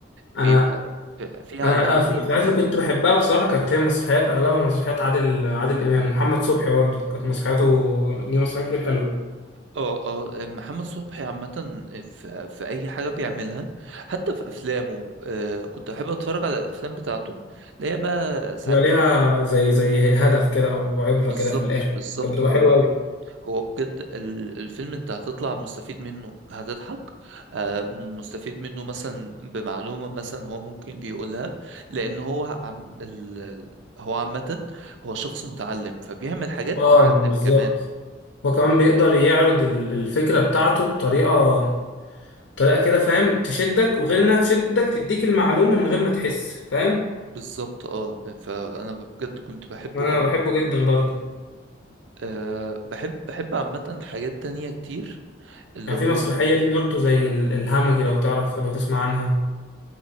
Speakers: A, on the right; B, on the left.
A: بيبقى
B: أنا
A: بيبقى فيها
B: أنا
A: علاء ولي
B: في المسرحيات
A: الدين
B: اللي كنت بحبها بصراحة كانت هي مسرحيات أغلبها مسرحيات عادل عادل إمام ومحمد صبحي برضو كانت مسرحياته دي مسرحيات كتير حلوة
A: اه اه محمد صبحي عامة في, في أي حاجة بيعملها حتى في أفلامه آه كنت أحب أتفرج على الأفلام بتاعته اللي هي بقى ساعات
B: بيبقى ليها
A: كان
B: زي زي هدف كده او عبره
A: بالظبط
B: كده في الاخر
A: بالظبط
B: كانت بتبقى
A: هو
B: حلوه قوي
A: هو بجد ال- الفيلم انت هتطلع مستفيد منه هتضحك آه، مستفيد منه مثلا بمعلومة مثلا هو ممكن بيقولها لأن هو عم ال... ال- هو عامة هو شخص متعلم فبيعمل حاجات
B: اه
A: آه. تعلم
B: بالظبط
A: كمان
B: هو كمان بيقدر يعرض ال- الفكره بتاعته بطريقه طريقه كده فاهم تشدك وغير انها تشدك تديك المعلومه من غير ما تحس فاهم
A: بالظبط اه فأنا بجد كنت بحبه
B: انا
A: قوي
B: بحبه جدا برضه
A: أه بحب بحب عامة حاجات تانية كتير اللي
B: يعني
A: هو
B: في مسرحيه دي برضه زي ال- الهمجي لو تعرف لو تسمع عنها